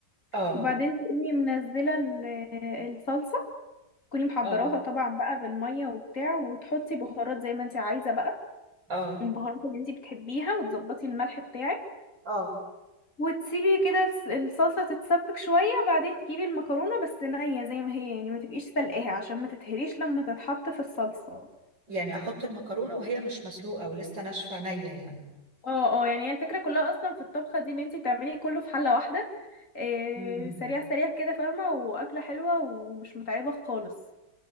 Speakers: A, on the right (about 75°); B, on the left (about 45°).
A: اه
B: وبعدين تقومي منزلة ال- الصلصة تكوني محضراها
A: اه
B: طبعا بقى بالمية وبتاع وتحطي بهارات زي ما انتي عايزة بقى
A: اه
B: البهارات اللي انتي بتحبيها وتظبطي الملح بتاعك
A: اه
B: وتسيبي كده الس- الصلصة تتسبك شوية بعدين تجيبي المكرونة بس نية زي ما هي يعني ما تبقيش سلقاها عشان ما تتهريش لما تتحط في الصلصة
A: يعني أحط المكرونة وهي مش مسلوقة ولسه ناشفة نية يعني
B: اه اه يعني هي الفكرة كلها اصلا في الطبخة دي ان انتي بتعملي كله في حلة واحدة إيه
A: مم.
B: سريع سريع كده فاهمة واكلة حلوة ومش متعبة خالص